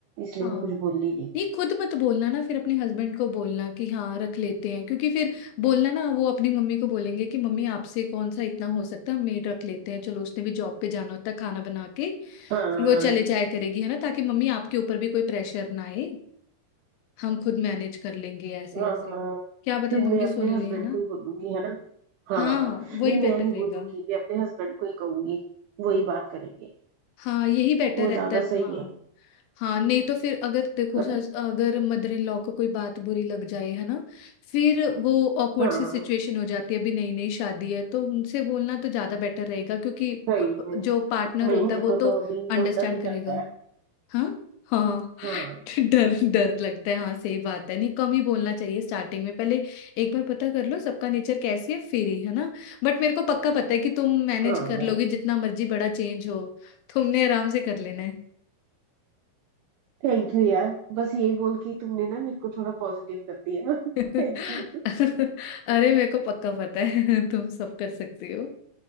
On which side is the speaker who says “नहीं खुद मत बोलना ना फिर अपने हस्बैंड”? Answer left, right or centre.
Left